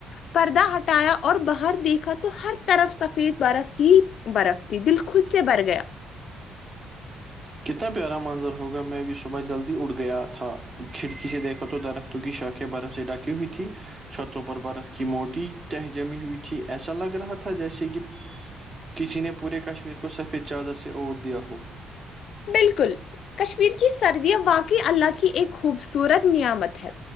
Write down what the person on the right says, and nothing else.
کتنا پیارا منظر ہوگا میں بھی شبح جلدی اٹھ گیا تھا کھڑکی سے دیکھا تو درخت کی شاخیا برف سے ڈکھی ہوئی تھی چھتوں پر برف کی موٹی تہہ جمی ہوئی تھی ایسا لگ رہا تھا جیسے کہ کسی نے پورے کشمیر کو سفید چادر سے اوٹ دیا ہو